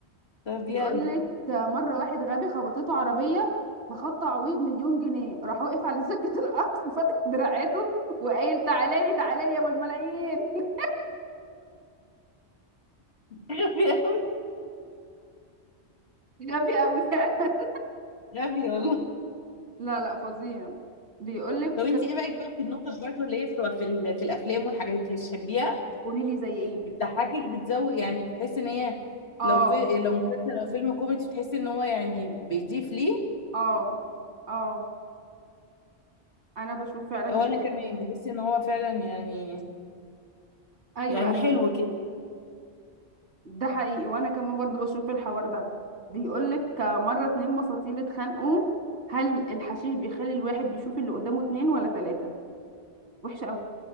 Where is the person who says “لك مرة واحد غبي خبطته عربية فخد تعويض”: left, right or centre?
Right